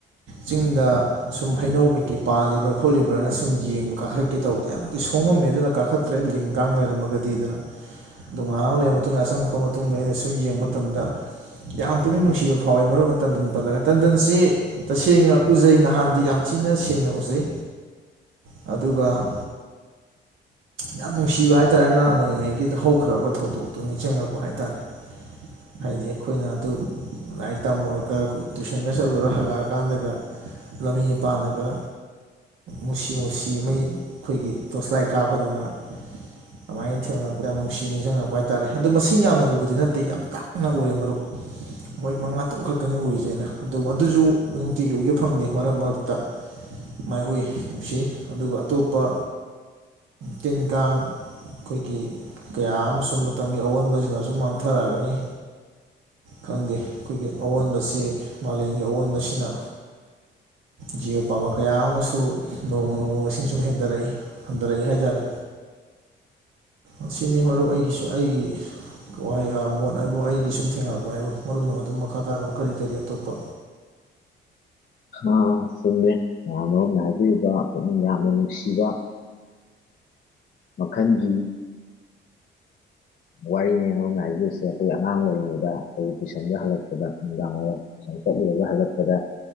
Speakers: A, on the right; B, on the left.
A: ꯆꯤꯡꯗ ꯁꯨꯝ ꯍꯩꯅꯧ ꯀꯩꯀꯩ ꯄꯥꯜꯂꯤꯕ꯭ꯔꯥ ꯈꯣꯠꯂꯤꯕ꯭ꯔꯥꯅ ꯁꯨꯝ ꯌꯦꯡꯕ ꯀꯥꯈꯠꯀꯦ ꯇꯧꯕ ꯌꯥꯝꯗꯤ ꯁꯣꯡꯉꯝꯃꯦ ꯑꯗꯨꯅ ꯀꯥꯈꯠꯇ꯭ꯔꯦ ꯂꯤꯡ ꯀꯥꯡ ꯂꯩꯔꯝꯃꯒꯗꯤ ꯑꯗꯨꯅ ꯑꯗꯣ ꯉꯥꯏꯍꯥꯛ ꯂꯩꯔꯕ ꯃꯇꯨꯡꯗ ꯆꯪꯉꯄ ꯃꯇꯨꯡꯗ ꯑꯩꯅ ꯁꯨꯝ ꯌꯦꯡꯕ ꯃꯇꯝꯗ ꯌꯥꯝ ꯄꯨꯛꯅꯤꯡ ꯅꯨꯡꯁꯤꯕ ꯐꯥꯎꯋꯤ ꯃꯔꯨ ꯑꯣꯏꯅ ꯇꯟꯗꯟ ꯄꯜꯂꯒ ꯇꯟꯗꯟꯁꯤ ꯇꯁꯦꯡꯅ ꯎꯖꯩ ꯅꯍꯥꯟꯗꯤ ꯌꯥꯝ ꯊꯤꯅ ꯁꯦꯡꯅ ꯎꯖꯩ ꯑꯗꯨꯒ ꯌꯥꯝ ꯅꯨꯡꯁꯤꯕ ꯍꯥꯏꯇꯥꯔꯦ ꯑꯉꯥꯡ ꯑꯣꯏꯔꯤꯉꯩ ꯒꯤꯗ ꯍꯧꯈ꯭ꯔꯕ ꯊꯧꯗꯣꯛꯇꯨꯅꯤ ꯆꯉꯛꯄ ꯍꯥꯏꯇꯥꯔꯦ
B: <inaudible>
A: ꯍꯥꯏꯗꯤ ꯑꯩꯈꯣꯏꯅ ꯑꯗꯨ ꯂꯥꯏꯔꯤꯛ ꯇꯝꯃꯨꯔꯒ ꯇꯨꯏꯁꯟꯒ ꯆꯠꯂꯨꯔ ꯍꯜꯂꯛꯑꯀꯥꯟꯗꯒ ꯂꯝꯕꯤ ꯃꯄꯥꯟꯂꯒ ꯃꯨꯁꯤ ꯃꯨꯁꯤ ꯃꯩ ꯑꯩꯈꯣꯏꯒꯤ ꯇꯣꯔꯁꯂꯥꯏ ꯀꯥꯞꯄꯗꯧꯅ ꯑꯗꯨꯃꯥꯏꯅ ꯊꯦꯡꯅ ꯌꯥꯝ ꯅꯨꯡꯁꯤ ꯅꯤꯡꯁꯤꯡꯉꯛꯄ ꯍꯥꯏꯇꯥꯔꯦ ꯑꯗꯣ ꯃꯁꯤꯡ ꯌꯥꯝꯅ ꯎꯕꯗꯤ ꯅꯠꯇꯦ ꯌꯥꯝ ꯇꯥꯡꯅ ꯎꯔꯦ ꯃꯔꯨꯞ ꯃꯣꯏ ꯃꯉꯥ ꯇꯔꯨꯛ ꯈꯛꯀꯅꯤ ꯎꯔꯤꯁꯦ ꯑꯩꯅ ꯑꯗꯨ ꯃꯗꯨꯁꯨ ꯅꯨꯡꯇꯤꯒꯤ ꯎꯒꯦ ꯐꯪꯗꯦ ꯃꯔꯛ ꯃꯔꯛꯇ ꯃꯥꯏ ꯎꯏ ꯅꯨꯡꯁꯤ ꯑꯗꯨꯒ ꯑꯇꯣꯞꯄ ꯇꯤꯟ ꯀꯥꯡ ꯑꯩꯈꯣꯏꯒꯤ ꯀꯌꯥ ꯑꯃꯁꯨ ꯃꯇꯝꯒꯤ ꯑꯑꯣꯟꯕꯁꯤꯅ ꯁꯨꯝ ꯃꯥꯡꯊꯔꯛꯒꯅꯤ ꯈꯪꯗꯦ ꯑꯩꯈꯣꯏꯒꯤ ꯑꯑꯣꯟꯕꯁꯤ ꯃꯥꯂꯦꯝꯒꯤ ꯑꯑꯣꯟꯕꯁꯤꯅ ꯖꯤꯑꯣ ꯄꯕꯔ ꯀꯌꯥ ꯑꯃꯁꯨ ꯅꯣꯡꯃ ꯅꯣꯡꯃ ꯃꯁꯤꯡ ꯁꯨꯝ ꯍꯦꯟꯊꯔꯛꯏ ꯍꯟꯊꯔꯛꯏ ꯍꯥꯏꯇꯥꯔꯦ ꯑꯁꯤꯅꯤ ꯃꯔꯨꯞ ꯑꯩꯒꯤꯁꯨ ꯑꯩꯒꯤ ꯋꯥꯍꯩ ꯃꯣꯠ ꯍꯥꯏꯕꯨ ꯑꯩꯒꯤ ꯁꯨꯝ ꯊꯦꯡꯅꯔꯛꯄ ꯍꯥꯏꯕꯨ ꯃꯔꯨꯞꯅ ꯑꯗꯨꯝ ꯃꯈꯥ ꯇꯥꯔꯛꯑꯣ ꯀꯔꯤ ꯀꯔꯤ ꯑꯇꯣꯞꯄ
B: ꯑꯝ ꯆꯨꯝꯃꯦ ꯃꯌꯥꯝ ꯃꯔꯨꯞꯅ ꯍꯥꯏꯕꯤꯔꯤꯕ ꯄꯨꯛꯅꯤꯡ ꯌꯥꯝꯅ ꯅꯨꯡꯁꯤꯕ ꯃꯈꯟꯒꯤ ꯋꯥꯔꯤꯅꯦ ꯃꯔꯝꯅ ꯍꯥꯏꯕꯤꯣꯏꯁꯦ ꯑꯩꯈꯣꯏ ꯑꯉꯥꯡ ꯑꯣꯏꯔꯤꯉꯩꯗ ꯑꯩꯈꯣꯏ ꯑꯩꯅ ꯍꯜꯂꯛꯄꯗ ꯅꯨꯡꯗꯥꯡ ꯋꯥꯏꯝ ꯆꯠꯂꯨꯔꯒ ꯍꯜꯂꯛꯄꯗ